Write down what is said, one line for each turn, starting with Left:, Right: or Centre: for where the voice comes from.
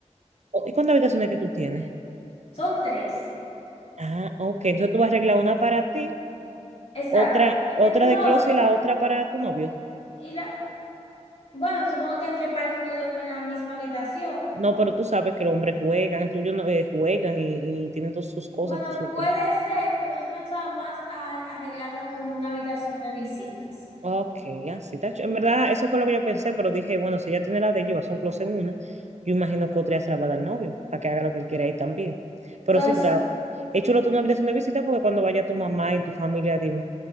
Right: O- ¿Y cuántas habitaciones que tú tienes?
Left: Son tres,
Right: Ah, ok. Entonces tú vas a arreglar una para ti,
Left: exacto,
Right: otra,
Left: la
Right: otra
Left: de closet
Right: de closet y la otra para tu novio.
Left: y la, bueno, supongo que entre pares uno duerme en la misma habitación.
Right: No, pero tú sabes que los hombres juegan, el tuyo no, eh, juegan y, y tienen todas sus cosas,
Left: Bueno,
Right: sus
Left: puede ser, pero yo pensaba más a arreglarla como una habitación de visitas.
Right: Ok, así está. ch- En verdad, eso fue lo que yo pensé, pero dije, bueno, si ella tiene la de ella, y va a hacer un closet en una, yo imagino que otra ya se la va a dar al novio, para que haga lo que él quiera ahí también. Pero
Left: Entonces,
Right: sí, la, es chulo tener una habitación de visita porque cuando vaya tu mamá y tu familia, dime,